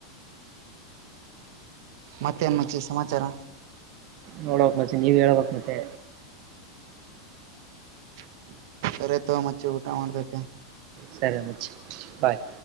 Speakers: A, on the right; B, on the right.
A: ಮತ್ತೇನ್ ಮಚ್ಚಿ ಸಮಾಚಾರ
B: ನೋಡ್ಬೇಕ್ ಮಚ್ಚಿ ನೀವ್ ಹೇಳ್ಬೇಕ್ ಮತ್ತೆ.
A: <inaudible> ಸರೆ ತೋ ಮಚ್ಚಿ ಊಟ ಮಾಡ್ಬೇಕು
B: ಸರಿ ಮಚ್ ಬಾಯ್